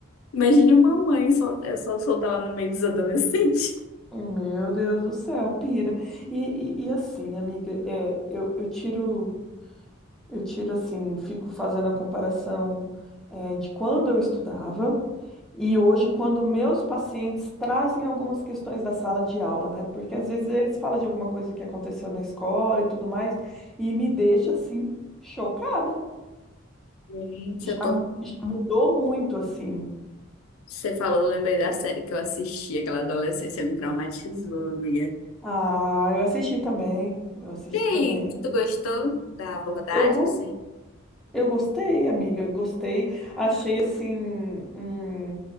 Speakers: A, on the left; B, in the centre.
A: Imagine uma mãe só, eu só soltar lá no meio dos adolescentes.
B: Meu Deus do céu, pira. E, e, e assim, amiga, é, eu, eu tiro. Eu tiro assim, fico fazendo a comparação, eh, de quando eu estudava e hoje, quando meus pacientes trazem algumas questões da sala de aula, né? Porque às vezes eles falam de alguma coisa que aconteceu na escola e tudo mais, e me deixa assim, chocada.
A: Gente,
B: Já,
A: eu tô.
B: mu- já mudou muito, assim.
A: Você falou, eu lembrei da série que eu assisti, aquela adolescência me traumatizou, amiga.
B: Ah, eu assisti também, eu assisti
A: E aí,
B: também.
A: que tu gostou da abordagem,
B: Eu, go-
A: assim?
B: eu gostei, amiga, gostei. Achei assim, hum,